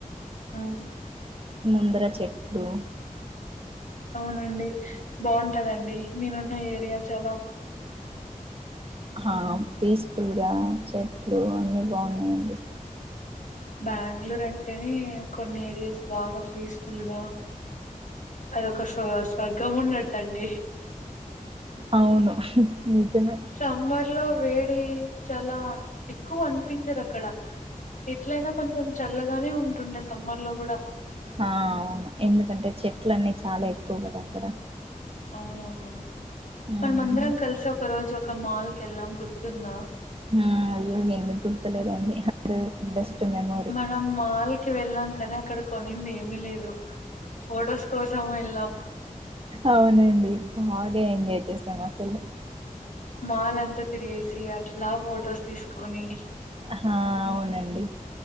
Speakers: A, on the left; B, on the right.
A: ఆ
B: ముందర చెట్టు
A: అవునండి బాగుంటదండి నేనున్న ఏరి యా చాలా
B: ఆ పీస్ఫుల్గా చెట్లు అన్ని బాగున్నాయంండి
A: బ్యాంగళూర్ అంటేనే కొన్ని ఏరియాస్ బాగా ఫీస్ లుగా అదొక స్వ స్వర్గం ఉన్నట్టు అండీ
B: అవును నిజమే
A: సమ్మర్‌లో వేడి చాలా ఎక్కువ అనిపించది అక్కడ ఎట్లయినా కొంచెం చల్లగానే ఉంటుండే సమ్మర్‌లో గూడా.
B: ఆ అవును ఎందుకంటే చెట్లన్నీ చాలా ఎక్కువ కద అక్కడ
A: అవునవునండి
B: మ్మ్
A: మన మందరం కలిసి ఒక రోజు ఒక మాల్ కి వెళ్ళాం గుర్తుందా
B: మ్ అయ్యో ఎందుకు గుర్తులేదండి అ బెస్ట్ మెమోరీ
A: మనం మాల్ కి వెళ్ళాం కదా అక్కడ కొనింది ఏమీ లేదు ఫోటోస్ కోసం వెళ్ళాం
B: అవునండి బాగా ఎంజాయ్ చేసాం అసలు
A: మాల్ అంత తిరిగేసి అట్లా ఫొటోస్ తీసుకొని
B: హ అవునండి